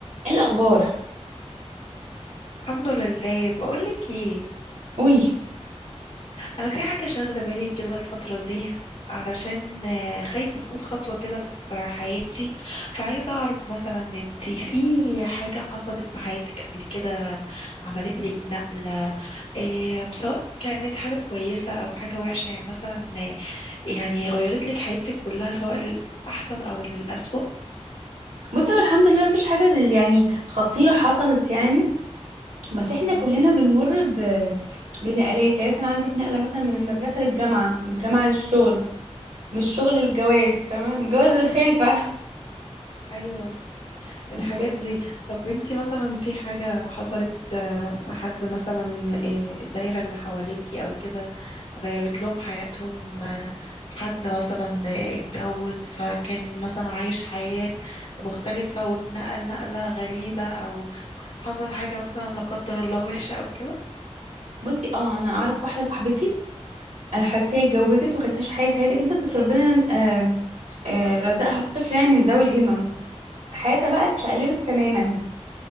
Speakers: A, on the right; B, on the left.
A: ايه الاخبار
B: الحمد لله بقولك ايه
A: قولي
B: انا في حاجه شاغله بالي كده الفتره دي علشان آه، خايفه اخد خطوه كده في حياتي فعايزه اعرف مثلا انتي في حاجه حصلت في حياتك قبل كده عملت لك نقله إيه سواء كانت حاجه كويسه او حاجه وحشه يعني مثلا آه، يعني غيرت لك حياتك كلها سواء للاحسن او للأسوأ
A: بصي هو الحمد لله مفيش حاجه دل- يعني خطيره حصلت يعني بس احنا
B: مم.
A: كلنا بنمر ب... بنقلات يعني مثلا عندك نقله مثلا من المدرسه للجامعه من الجامعه للشغل من الشغل للجواز فاهمه من الجواز للخلفه
B: ايوه الحاجات
A: يعني كل-
B: دي طب انتي مثلا في حاجة حصلت آه، في حد مثلا آه، الدايرة اللي حواليكي او كده غيرت لهم حياتهم آه، حد مثلا آه، اتجوز فكان مثلا عايش حياة مختلفة واتنقل نقلة غريبة او حصل حاجة مثلا لا قدر الله وحشة او كده
A: بصي اه انا اعرف واحده صاحبتي آه، حبيبتي هي اتجوزت وكانت عايشه حياه سعيده جدا بس ربنا آه، آه، رزقها بطفل يعني من ذوي الهمم حياتها بقى اتشقلبت تماما